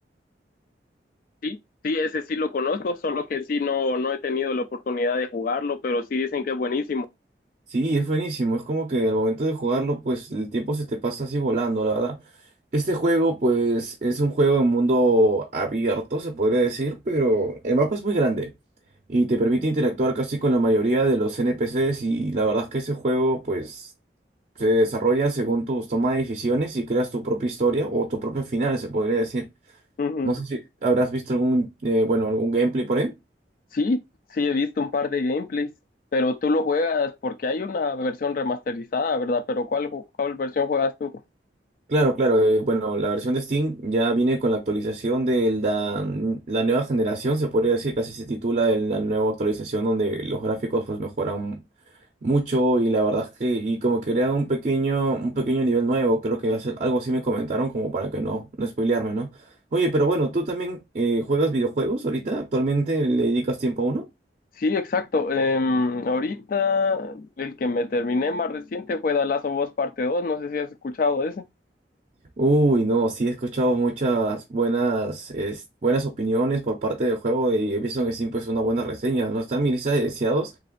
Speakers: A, on the left; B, on the right.
A: Sí, sí, ese sí lo conozco, solo que sí no, no he tenido la oportunidad de jugarlo, pero sí dicen que es buenísimo.
B: Sí, es buenísimo. Es como que al momento de jugarlo, pues el tiempo se te pasa así volando, la verdad. Este juego, pues, es un juego en mundo abierto, se podría decir, pero el mapa es muy grande y te permite interactuar casi con la mayoría de los NPCs y la verdad es que ese juego, pues, se desarrolla según tus tomas de decisiones y creas tu propia historia o tu propio final, se podría decir.
A: Ujú.
B: No sé si habrás visto algún, eh, bueno, algún gameplay por ahí.
A: Sí, sí, he visto un par de gameplays, pero tú lo juegas porque hay una versión remasterizada, ¿verdad? Pero ¿cuál, ju- cuál versión juegas tú?
B: Claro, claro. eh, bueno, la versión de Steam ya viene con la actualización de la, la nueva generación, se podría decir, casi se titula el- la nueva actualización donde los gráficos pues mejoran mucho y la verdad es que y como que crea un pequeño un pequeño nivel nuevo, creo que hace- algo así me comentaron como para que no no spoilearme, ¿no? Oye, pero bueno, tú también eh, juegas videojuegos ahorita, actualmente le dedicas tiempo a uno?
A: Sí, exacto. em, ahorita el que me terminé más reciente fue The Last of Us Parte dos. no sé si has escuchado ese.
B: Uy, no, sí he escuchado muchas buenas, es- buenas opiniones por parte del juego y he visto que sí, pues una buena reseña, ¿no? Está en mi lista de deseados